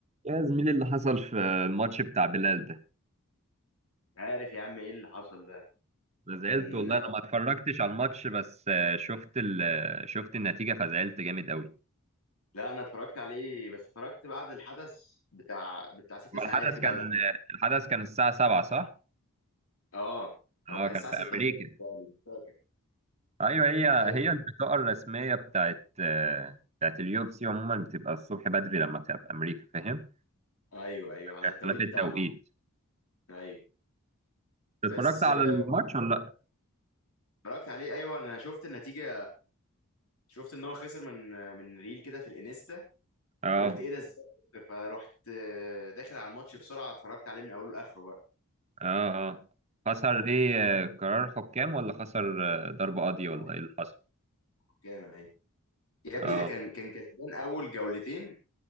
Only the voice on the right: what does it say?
يا زميلي اللي حصل في الماتش بتاع بلال ده
انا زعلت
والله انا ما اتفرجتش على الماتش بس آه، شفت ال... آه، شفت النتيجة فزعلت جامد قوي
ما
الحدث
كان
آه، الحدث كان الساعة 7 صح؟
اه
كان
في
امريكا
ايوه هي
هي البطاقة
الرسمية بتاعت آه، بتاعت اليو اف سي عموما بتبقى الصبح بدري لما بتبقى في امريكا فاهم؟
اختلاف
التوقيت
اتفرجت
على
الماتش ولا لا؟
اه
اه اه خسر ايه آه، قرار حكام ولا خسر آه، ضربة قاضية
ولا
ايه اللي حصل؟
اه